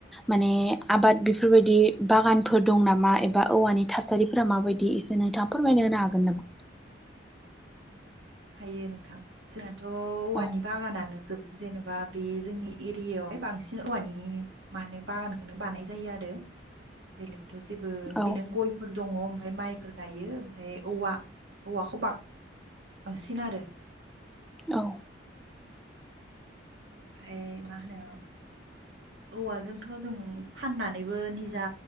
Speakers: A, in the centre; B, on the right (about 70°).
A: माने आबाद बेफोरबायदि बागानफोर दं नामा एबा औवानि थासारिफोरा माबायदि एसे नोंथाङा फोरमायनो होनो हागोन नामा?
B: हायो नोंथां जा थ' औवानि
A: औ
B: बागानानो जोब जेनेबा बे जोंनि एरियायावहाय बांसिन औवानि मा होनो बागानखौनो बानाय जायो आरो बेलेक थ' जेबो
A: औ
B: बेनो गयफोर दङ। ओमफ्राय माइफोर गायो ओमफ्राय औवा औवाखौ बां बांसिन आरो।
A: औ।
B: ओमफ्राय मा होनो औवाजोंथ' जों फाननानैबो निजा